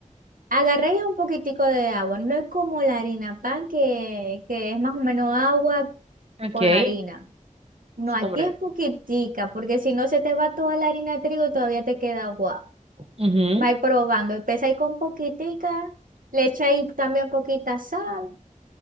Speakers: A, on the right; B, on the right.
A: agarré ya un poquitico de agua. No es como la harina pan, que, que es más o menos agua
B: Ok,
A: con
B: sí
A: la harina. No, aquí
B: comprendo.
A: es poquitica, porque si no se te va toda la harina de trigo y todavía te queda agua.
B: Ujú.
A: Vais probando. Empezáis con poquitica, le echáis también poquita sal